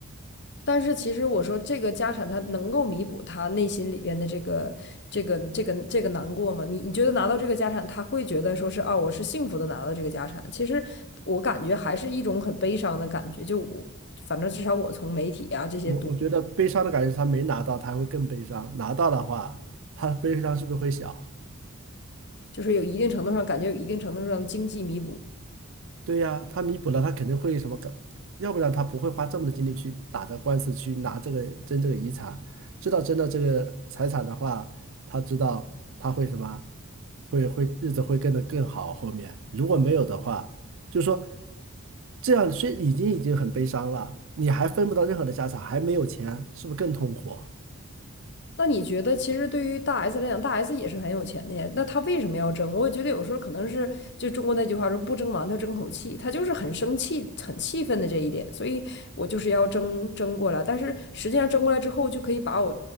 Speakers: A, on the left; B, on the right.
A: 但是其实我说这个家产，他能够弥补他内心里边的这个、这个、这个、这个难过吗？你你觉得拿到这个家产，他会觉得说是啊，我是幸福的拿到这个家产？其实我感觉还是一种很悲伤的感觉。就我，反正至少我从媒体啊这些读，
B: 我我觉得悲伤的感觉是他没拿到，他还会更悲伤；拿到的话，他悲伤是不是会小？
A: 就是有一定程度上感觉有一定程度上的经济弥补。
B: 对呀，他弥补了，他肯定会什么感，要不然他不会花这么多精力去打这个官司，去拿这个争这个遗产。知道争到这个财产的话，他知道他会什么，会会日子会变得更好。后面如果没有的话，就是说这样虽已经已经很悲伤了，你还分不到任何的家产，还没有钱，是不是更痛苦？
A: 那你觉得，其实对于大 S 来讲，大 S 也是很有钱的呀。那她为什么要争？我觉得有时候可能是就中国那句话说“不争馒头争口气”，她就是很生气、很气愤的这一点，所以我就是要争争过来。但是实际上争过来之后，就可以把我